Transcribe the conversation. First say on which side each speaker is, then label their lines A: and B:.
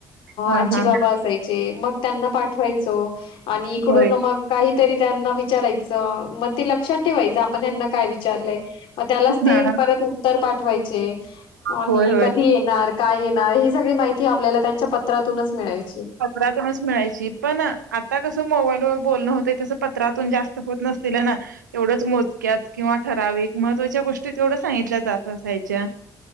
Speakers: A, on the right; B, on the left.
A: हां,
B: आजी
A: हां.
B: बाबा, असायचे मग त्यांना पाठवायचो. आणि इकडून
A: होय.
B: मग काही तरी त्यांना विचारायचं मग ते लक्षात ठेवायचं आपण त्यांना काय विचारलंय. मग त्यालाच ते
A: हां.
B: परत उत्तर पाठ पाठवायचे. आणि
A: होय, होय.
B: कधी येणार. काय येणार ही सगळी माहिती आपल्याला त्यांच्या पत्रातूनच मिळाची
A: पत्रातूनच मिळायची, पण आता कसं मोबाईल <inaudible> बोलणं होत तस पत्रातून जास्त होत नसतिला ना तेवढच मोजक्या किंवा ठरावीक महत्वाच्या गोष्टी तेवढ सांगितल्या जात असायच्या